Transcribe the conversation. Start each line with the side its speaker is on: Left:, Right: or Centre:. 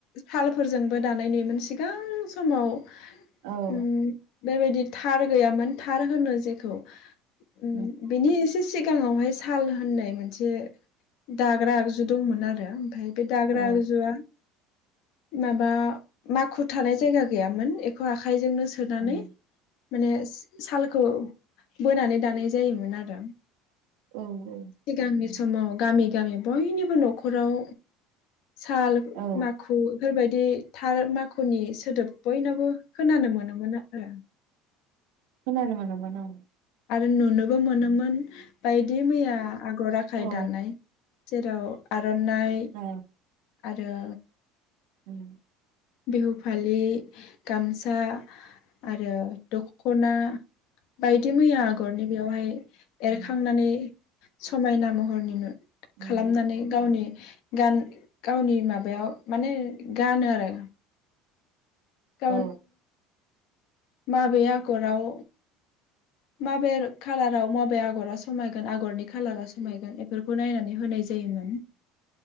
Left: सालफोरजोंबो दानाय नुयोमोन सिगां समाव
Right: औ
Left: उम बेबायदि थार गैयामोन थार होनो जेखौ उ
Right: उम
Left: बेनि एसे सिगाङावहाय साल होननाय मोनसे दाग्रा आगजु दंमोन आरो ओमफ्राय बे दाग्रा
Right: औ
Left: आगजुआ माबा माखु थानाय जायगा गैयामोन बेखौ आखाइजोंनो सोनानै
Right: उम
Left: माने सालखौ बोनानै दानाय जायोमोन आरो।
Right: औ
Left: सिगांनि
Right: उम
Left: समाव गामि गामि बयनिबो न'खराव साल
Right: औ
Left: माखु बेफोरबाय बिदि थार माखुनि सोदोब बयनावबो खोनानो मोनोमोन आरो
Right: खोनानो मोनोमोन औ
Left: आरो नुनोबो मोनोमोन <inaudible> बायदि मैया आगर आखाय
Right: औ
Left: दानाय जेराव आरननाइ
Right: औ
Left: आरो
Right: उम
Left: बिहु फालि गामसा आरो दखना बायदि मैया आगरनि बेयावहाय
Right: औ
Left: एरखांनानै समायना महरनि नु
Right: उम
Left: खालामनानै गावनि गान गावनि माबायाव माने गानो आरो गाव
Right: औ
Left: माबे आगराव माबेर कालाराव माबे आगरा समायगोन आगरनि खालारा समायगोन इफोरखौ नायनानै होनाय जायोमोन